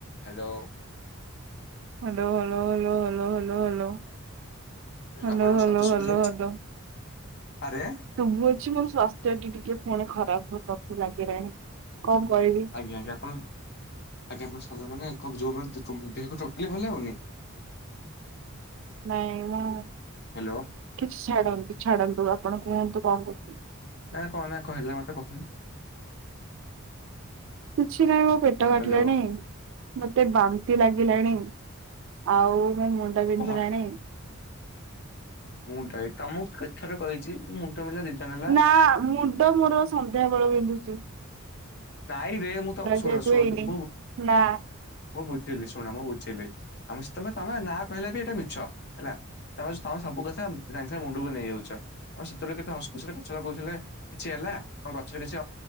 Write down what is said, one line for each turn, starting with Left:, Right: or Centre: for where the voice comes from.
Left: Hello.
Right: Hello hello hello hello hello hello
Left: ହୁଁ
Right: hello
Left: ଆପଣଙ୍କ
Right: ହାଲୋ
Left: ଶବ୍ଦ ଶୁଭି
Right: ହାଲୋ
Left: ଯାଉଛି
Right: ହାଲୋ।
Left: ଆରେ
Right: ଶୁଭୁଚି ମୋ ସ୍ଵାସ୍ଥ୍ୟ ଟିକେ ଟିକେ ପୁଣି ଖରାପ ହେବାକୁ ଲାଗିଲାଣି କଣ କରିବି।
Left: ଆଜ୍ଞା ଆଜ୍ଞା ଆପଣ ଆଜ୍ଞା ଆପଣ ସ୍ୱାସ୍ଥ୍ୟମାନେ <unintelligible> ଦେହକୁ ଟୋଟାଲି ଭଲ ଲାଗୁନି? <inaudible>
Right: ନାଇଁ ମୁଁ
Left: ହ୍ୟାଲୋ
Right: କିଛି ଛାଡନ୍ତୁ ଛାଡନ୍ତୁ ଆପଣ କୁହନ୍ତୁ କଣ କହୁଛନ୍ତି।
Left: ନାଇଁ କଣ ନା ହେଲା ମତେ କହୁନୁ।
Right: କିଛି ନାଇଁ ମୋ ପେଟ କାଟିଲାଣି।
Left: ହ୍ୟାଲୋ
Right: ମତେ ବାନ୍ତି ଲାଗିଲାଣି ଆଉ ମୋ ମୁଣ୍ଡ ବିନ୍ଧିଲାଣି।
Left: କହ ମୁଁ <unintelligible> ତମୁକୁ କେତେଥର କହିଛି ମୁ- <unintelligible>
Right: ନା ମୁଣ୍ଡ ମୋର ସନ୍ଧ୍ୟାବେଳୁ ବିନ୍ଧୁଚି।
Left: ନାଇଁରେ ମୁଁ ତ ଶୁଣ
Right: ଯେହେତୁ
Left: ଶୋଇ।
Right: ହେଇନି
Left: <unintelligible>
Right: ନା
Left: ମୁଁ ବୁଝିଲି ଶୁଣ ମୁଁ ବୁଝିଲି। ଆମ ତମେ ତମେ ନା କହିଲେ ବି ଏଇଟା ମିଛ ହେଲା। ତମେ ସ ସବୁ କଥା ସାଙ୍ଗେ ସାଙ୍ଗେ ମୁଣ୍ଡକୁ ନେଇଯାଉଚ। ଆମେ ସେତେବେଳେ କେତେ ହସଖୁସିରେ ଗଛ ଲଗଉଥିଲେ କିଛି ହେଲା। ଆମ ଗଛର କିଛି